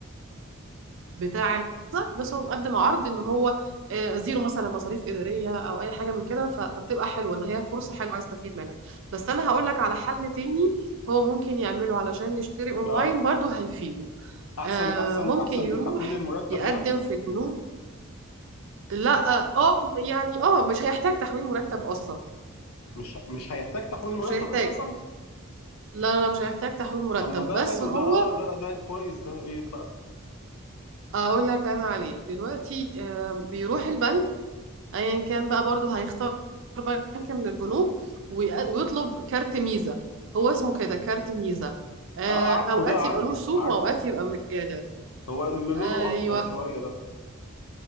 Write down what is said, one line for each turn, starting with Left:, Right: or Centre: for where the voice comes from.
Right: بتاع الفيزا، بس هو مقدم عرض ان هو آه، زيرو مثلا مصاريف اداريه او اي حاجه من كده ف- فبتبقى حلوه ان هي فرصه حلوه عايز استفيد منها بس انا هقول لك على حل تاني هو ممكن يعمله علشان يشتري اونلاين
Left: اه
Right: برضو هيفيده
Left: احسن
Right: آه،
Left: احسن
Right: ممكن
Left: احسن
Right: يروح
Left: من تحويل المرتب
Right: يقدم
Left: يعني
Right: في البنوك لا اه آه، يعني اه مش هيحتاج تحويل مرتب اصلا
Left: مش مش هيحتاج تحويل مرتب
Right: مش هيحتاج
Left: اساسا
Right: لا لا مش هيحتاج تحويل مرتب
Left: طب ما ده
Right: بس
Left: حلو
Right: هو
Left: ده اه ده ده كويس ده ايه ده بقى
Right: اقول لك انا عليه دلوقتي آم، بيروح البنك ايا كان بقى برضه هيختار بنك من البنوك وي- ويطلب كارت ميزة هو اسمه كده كارت ميزة آه،
Left: اه عارفه
Right: اوقات
Left: ده عارفه
Right: يبقى له رسوم
Left: عارفه
Right: واوقات يبقى مجانا
Left: هو اللي لونه
Right: ايوه
Left: اخضر شويه ده